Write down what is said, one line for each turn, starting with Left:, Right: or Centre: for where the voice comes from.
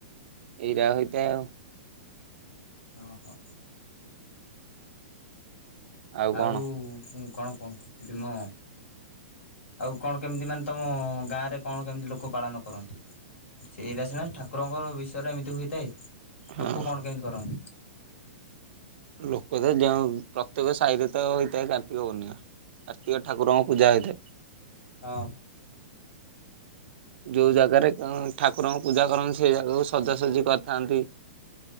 Right: ଇରା ହୋଇଥାଏ ଆଉ।
Left: ଓ ହୋ।
Right: ଆଉ କଣ
Left: ଆଉ କଣ କହିଥିଲି ମ। ଆଉ କଣ କେମିତି ମାନେ ତମ ଗାଁ ରେ କଣ କେମିତି ଲୋକ ପାଳନ କରନ୍ତି? ସେଇରା ସିନା ଠାକୁରଙ୍କ ବିଷୟରେ ଏମିତି ହୋଇଥାଏ।
Right: ହଁ
Left: ଲୋକ କଣ କେମିତି କରନ୍ତି?
Right: ଲୋକ ତ ଯେଉଁ ପ୍ରତ୍ୟେକ ସାଇ ରେ ତ ହୋଇଥାଏ କାର୍ତ୍ତିକ ପୂର୍ଣ୍ଣିମା। କାର୍ତିକ ଠାକୁରଙ୍କ ପୂଜା ହୋଇଥାଏ।
Left: ହଁ।
Right: ଯଉ ଜାଗାରେ କଂ ଠାକୁରଙ୍କୁ ପୂଜା କରନ୍ତି ସେ ଜାଗାକୁ ସଜାସଜି କରିଥାନ୍ତି।